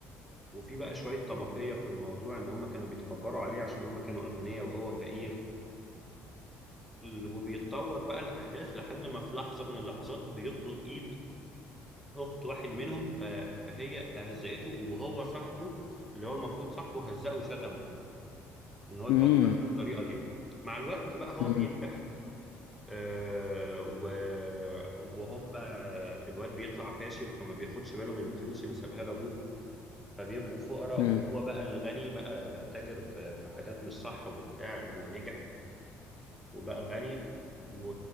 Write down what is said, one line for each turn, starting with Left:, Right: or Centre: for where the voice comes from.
Centre: وفي بقى شوية طبقية في الموضوع إن هم كانوا بيتكبروا عليه عشان هم كانوا أغنياء وهو فقير ال- وبيتطور بقى الأحداث لحد ما في لحظة من اللحظات بيطلب إيد أخت واحد منهم ف... فهي هزقته وهو صاحبه اللي هو المفروض صاحبه هزقه وشتمه إن هو يفكر
Left: امم
Centre: بالطريقة دي مع الوقت بقى هو
Left: امم
Centre: بينجح آه و... وهم الواد بيطلع فاشل فما بياخدش باله من الفلوس اللي سابها لأبوه فبيبقوا فقراء
Left: امم
Centre: وهو بقى الغني بقى تاجر في, في حاجات مش صح وبتاع ونجح وبقى غني و...